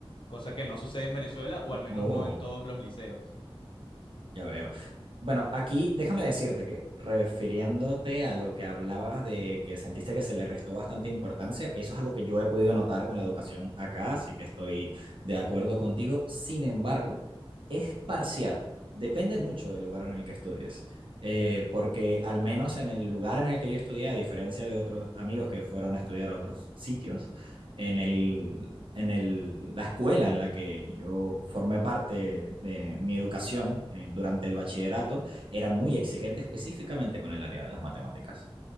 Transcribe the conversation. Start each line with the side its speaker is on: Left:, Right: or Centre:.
Left: Cosa que no sucede en Venezuela, o al menos
Right: Oh,
Left: no en todos los liceos.
Right: ya veo. Bueno, aquí déjame decirte que refiriéndote a lo que hablabas de que sentiste que se le restó bastante importancia, eso es algo que yo he podido notar con la educación acá, así que estoy de acuerdo contigo. Sin embargo, es parcial. Depende mucho del lugar en el que estudies. Eh, porque al menos en el lugar en el que yo estudié, a diferencia de otros amigos que fueron a estudiar a otros sitios, en el, en el- la escuela en la que yo formé parte de mi educación en- durante el bachillerato era muy exigente específicamente con el área de las matemáticas,